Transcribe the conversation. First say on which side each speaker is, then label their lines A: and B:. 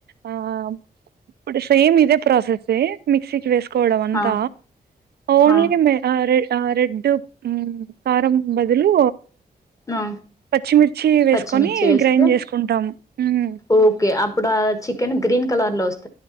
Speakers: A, on the right; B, on the left.
A: ఆ ఇప్పుడు సేమ్ ఇదే ప్రాసెస్ే మిక్సకి వేసు డంత
B: హా
A: ఓన్లీ
B: హా
A: మీరా రే ఆ రెడ్డు ఉ కారం బదులు
B: ఆ
A: పచ్చిమిర్చి వేసుకొని
B: పచ్చిమిర్చి వేస్త
A: గ్రైండ్ చేసుకుంటాం మ్మ్
B: ఓకే ఇప్పుడు ఆ చికెన్ గ్రీన్ కలర్ లో వస్తుం